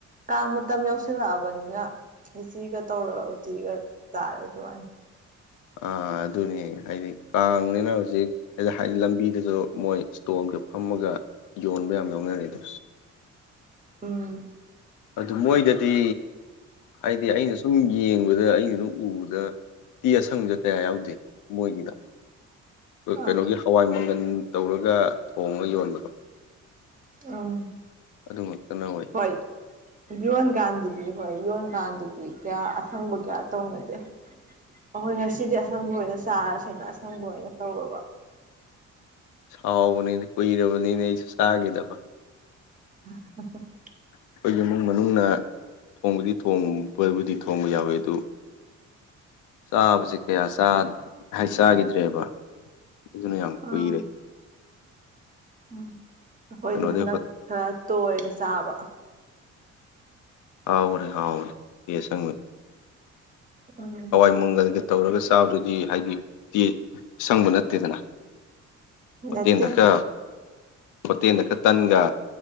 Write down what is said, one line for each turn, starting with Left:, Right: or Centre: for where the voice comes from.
Right: ꯀꯥꯡ ꯃꯇꯝ ꯌꯧꯁꯤꯜꯂꯛꯑꯕꯅꯤꯅ ꯈꯦꯆꯤꯒ ꯇꯧꯔꯒ ꯎꯇꯤꯒ ꯆꯥꯔꯦ ꯑꯗꯨꯃꯥꯏꯅ
Left: ꯑ ꯑꯗꯨꯅꯤ ꯍꯥꯏꯗꯤ ꯀꯥꯡꯅꯤꯅ ꯍꯧꯖꯤꯛ ꯍꯥꯏꯗꯤ ꯂꯝꯕꯤꯗꯨꯁꯨ ꯃꯣꯏ ꯇꯣꯜꯗ ꯐꯝꯃꯒ ꯌꯣꯟꯕ ꯌꯥꯝ ꯌꯥꯎꯅꯔꯦꯗ
Right: ꯎꯝ
Left: ꯑꯗꯨ ꯃꯣꯏꯗꯗꯤ ꯍꯥꯏꯗꯤ ꯑꯩꯅ ꯁꯨꯝ ꯌꯦꯡꯕꯗ ꯑꯩꯅ ꯁꯨꯝ ꯎꯕꯗ ꯎꯇꯤ ꯑꯁꯪꯕꯁꯦ ꯀꯌꯥ ꯌꯥꯎꯗꯦ ꯃꯣꯏꯒꯤꯗ ꯀꯩꯅꯣꯒꯤ
Right: ꯑꯥ
Left: ꯍꯋꯥꯏ ꯃꯪꯒꯟ ꯇꯧꯔꯒ ꯊꯣꯡꯉ ꯌꯣꯟꯕꯗꯣ
Right: ꯎꯝ
Left: ꯑꯗꯨ ꯉꯛꯇꯅ ꯑꯣꯏ
Right: ꯍꯣꯏ ꯌꯣꯟꯀꯥꯟꯗꯗꯤ ꯍꯣꯏ ꯌꯣꯟꯀꯥꯟꯗꯗꯤ ꯀꯌꯥ ꯑꯁꯪꯕ ꯀꯌꯥ ꯇꯧꯅꯗꯦ ꯑꯩꯈꯣꯏ ꯉꯁꯤꯗꯤ ꯑꯁꯪꯕ ꯑꯣꯏꯅ ꯆꯥꯔꯁꯦꯅ ꯑꯁꯪꯕ ꯑꯣꯏꯅ ꯇꯧꯔꯕ
Left: ꯍꯥꯎꯕꯅꯤꯅꯦ ꯀꯨꯏꯔꯕꯅꯤꯅꯦ ꯑꯩꯁꯨ ꯆꯥꯒꯤꯗꯕ
Right: <unintelligible>
Left: ꯑꯩꯈꯣꯏꯒꯤ ꯏꯃꯨꯡ ꯃꯅꯨꯡꯅ ꯊꯣꯡꯕꯗꯤ ꯊꯣꯡꯕꯕꯨꯗꯤ ꯊꯣꯡꯕ ꯌꯥꯎꯋꯤ ꯑꯗꯨ ꯆꯥꯕꯁꯦ ꯀꯌꯥ ꯆꯥ ꯍꯥꯏ ꯆꯥꯈꯤꯗ꯭ꯔꯦꯕ ꯑꯗꯨꯅ ꯌꯥꯝ
Right: ꯑꯥ
Left: ꯀꯨꯏꯔꯦ
Right: ꯎꯝ ꯑꯩꯈꯣꯏꯗꯤ
Left: ꯀꯩꯅꯣꯗꯩ
Right: ꯍꯟꯗꯛ ꯈꯔ ꯇꯣꯏꯔꯦ ꯆꯥꯕ
Left: ꯍꯥꯎꯕꯅꯤ ꯍꯥꯎꯕꯅꯤ ꯎꯇꯤ ꯑꯁꯪꯕꯗꯣ
Right: ꯎꯝ
Left: ꯍꯣꯏ ꯃꯪꯒꯜꯒ ꯇꯧꯔꯒ ꯆꯥꯕꯗꯨꯗꯤ ꯍꯥꯏꯗꯤ ꯎꯇꯤ ꯑꯁꯪꯕ ꯅꯠꯇꯦꯗꯅ ꯍꯣꯇꯦꯜꯗꯀ
Right: ꯅꯠꯇꯦ
Left: ꯍꯣꯇꯦꯜꯗ ꯀꯥ ꯇꯟꯒꯥ